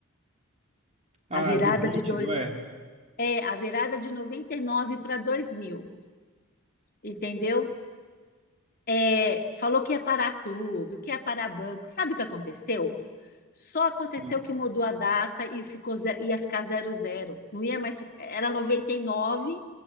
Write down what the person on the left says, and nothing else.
A virada
de dois,
é, a virada de noventa e nove para dois mil entendeu? é, falou que ia parar tudo, que ia parar banco. Sabe o que aconteceu? Só aconteceu
que mudou a data e ficou, ze- ia ficar zero zero. Não ia mais, fi- era 99,